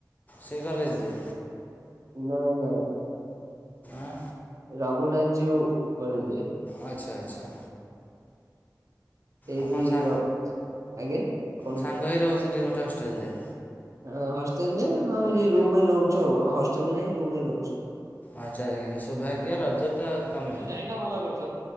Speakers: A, on the left; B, on the right.
A: ସେଇ କଲେଜରେ।
B: ନା ନା।
A: ଆଁ।
B: ରଘୁନାଥ ଯୀଉ କଲେଜର।
A: ଆଚ୍ଛା ଆଚ୍ଛା।
B: ଏଇଠି
A: ଆପଣ ସା
B: ର ଆଜ୍ଞା କହୁନାହାନ୍ତି
A: ସାଙ୍ଗ ହୋଇ ରହୁଛନ୍ତି ଗୋଟେ ହଷ୍ଟେଲରେ।
B: ହ ହଷ୍ଟେଲରେ ହଁ ଏଇ ରୁମ ରେ ରହୁଛୁ ଆଉ ହଷ୍ଟେଲ ନାହିଁ ରୁମରେ ରହୁଛି।
A: ଆଚ୍ଛା ସୌଭାଗ୍ୟ ରଜତ ଆଉ ତମେ
B: ତ ଯାଇନ ଭଲ କରୁଛ